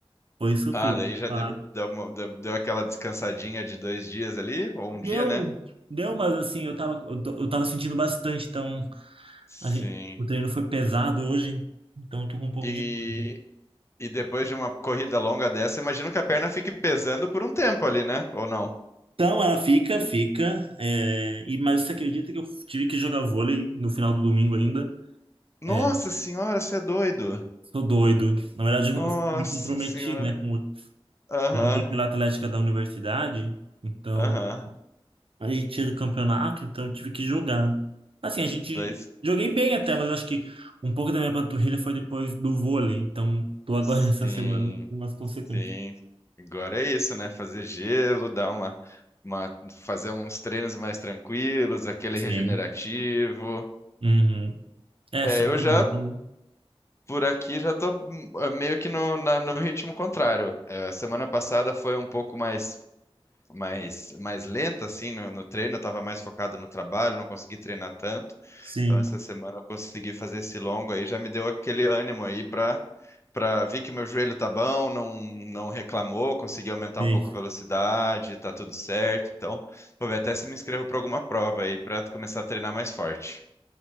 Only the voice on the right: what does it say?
Foi sofrido.
Falar
que
Deu,
deu, mas assim, eu tava, eu, tô- eu tava sentindo bastante, então.
A gente, o treino foi pesado hoje, então eu tô com um pouco
de dúvida.
Então ela fica, fica. é, e, mas você acredita que eu tive que jogar vôlei no final do domingo ainda?
É,
sou doido. Na verdade, eu,
eu me comprometi,
né? Com, o-
eu joguei pela Atlética da universidade, então
a gente tinha campeonato, então eu tive que jogar. Assim, a gente
joguei bem até, mas eu acho que um pouco da minha panturrilha foi depois do vôlei, então tô agora
<laughs> nessa semana com as consequências.
Sim.
Uhum. É
só academia.
Sim,
sim.